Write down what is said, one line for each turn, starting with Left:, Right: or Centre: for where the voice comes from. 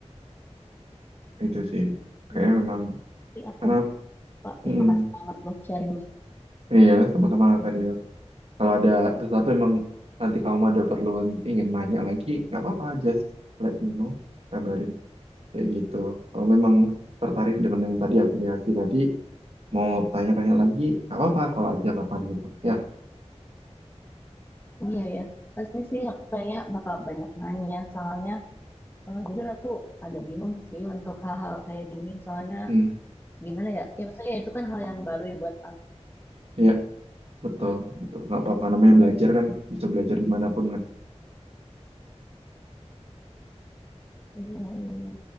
Right: Itu sih. Kayaknya
Left: iya iya.
Right: memang
Left: nanti aku
Right: karena aku-
Left: pak eh
Right: mm,
Left: makasih banget loh sharingnya
Right: iya sama-sama Kak Dea. Kalau ada sesuatu emang nanti kamu ada perlu ingin nanya lagi, nggak apa-apa, just let me know, kabarin kayak gitu. Kalau memang tertarik dengan yang tadi afiliasi tadi, mau tanya-tanya lagi, nggak apa-apa, kalau aja kapan gitu. Ya,
Left: iya ya pasti sih aku kayak bakal banyak nanya soalnya eh, jujur aku ada bingung sih untuk hal-hal kayak gini soalnya
Right: hmm,
Left: gimana ya ya maksudnya itu kan hal yang baru ya buat
Right: ya betul, betul, nggak apa-apa. Namanya belajar kan bisa belajar dimanapun kan. <laughs>
Left: Iya, iya.